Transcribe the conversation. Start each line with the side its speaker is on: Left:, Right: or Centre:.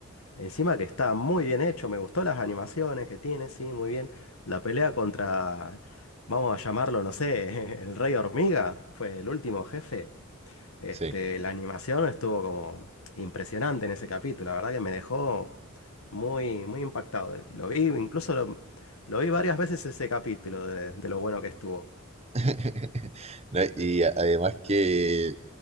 Left: Encima que está muy bien hecho, me gustó las animaciones que tiene, sí, muy bien. La pelea contra, vamos a llamarlo, no sé, <laughs> el Rey Hormiga, fue el último jefe. Este,
Right: sí.
Left: la animación estuvo como impresionante en ese capítulo, la verdad que me dejó muy, muy impactado. Lo vi, incluso lo, lo vi varias veces ese capítulo de, de lo bueno que estuvo.
Right: <laughs> No, y a- además que